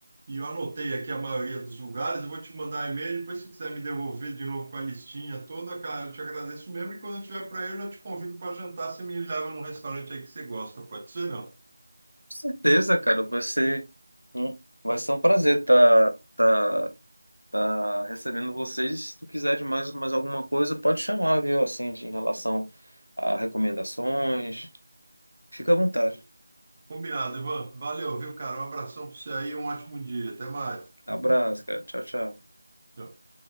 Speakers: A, on the right; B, on the left.
A: E eu anotei aqui a maioria dos lugares, eu vou te mandar e-mail, depois se quiser me devolver de novo com a listinha toda, cara, eu te agradeço mesmo. E quando eu tiver para aí, eu já te convido para jantar, você me leva num restaurante aí que você gosta, pode ser não?
B: Com certeza, cara, vai ser um, vai ser um prazer estar tá, tá recebendo vocês. Se tu quiser de mais, mais alguma coisa, pode chamar, viu? Assim, de, em relação a recomendações. Fica à vontade.
A: Combinado, Ivan. Valeu, viu, cara? Um abração para você aí, um ótimo dia. Até mais.
B: Abraço, cara. Tchau, tchau.
A: Tchau.